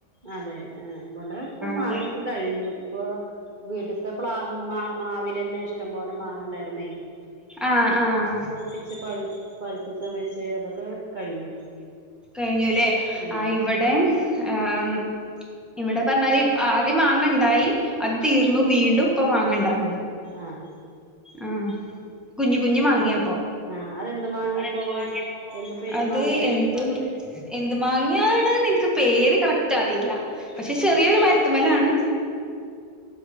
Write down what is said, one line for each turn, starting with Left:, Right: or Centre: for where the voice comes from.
Right: അതെ ആഹ് ഇവിടെ ഇപ്പൊ മാങ്ങൊക്കെ
Centre: അതെ
Right: കഴിഞ്ഞു ഇപ്പൊ വീട്ടത്തെ പ്ല മാവൽന്നെ ഇഷ്ടം പോലെ വാങ്ങണ്ടായിർന്നേ
Centre: ആഹ്
Right: അതൊക്കെ
Centre: ആഹ്
Right: പൊട്ടിച്ചു പഴ് <unintelligible> അതൊക്കെ കഴിഞ്ഞു
Centre: കഴിഞ്ഞുല്ലേ...
Right: ഉം
Centre: ആ... ഇവിടെ ആമ്മ്...... ഇവിടെ പറഞ്ഞാല് ആദ്യം മാങ്ങ ണ്ടായി അത് തീർന്നു വീണ്ടും പ്പൊ മാങ്ങണ്ടായി
Right: ആഹ.....
Centre: ആഹ്... കുഞു കുഞ്ഞു മാങ്ങ്യ
Right: ആഹ് അതെന്ത് മാങ്ങേപ്പൊ
Centre: <inaudible>
Right: എന്ത പേര്
Centre: അത്
Right: മാങ്ങടെ
Centre: എന്ത മാങ്ങാ <unintelligible> ഇൻക്ക് പേര് കറക്റ്റ് അറിയില്ല പക്ഷെ
Right: ആഹ്
Centre: ചെറിയൊരു മരുത്തുമലാണ്